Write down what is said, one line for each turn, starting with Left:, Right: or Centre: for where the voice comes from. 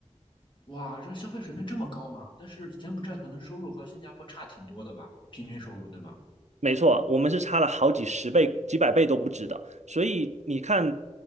Left: 哇，这个消费水平这么高嘛？但是柬埔寨可能收入和新加坡差挺多的吧，平均收入对吗？
Right: 没错，我们是差了好几十倍、几百倍都不止的。所以你看，